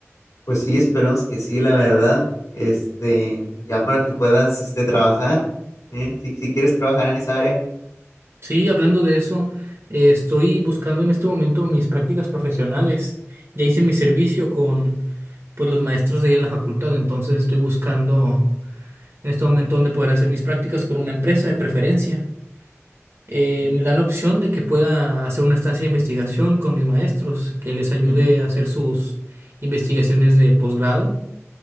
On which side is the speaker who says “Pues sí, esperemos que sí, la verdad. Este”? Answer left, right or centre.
Left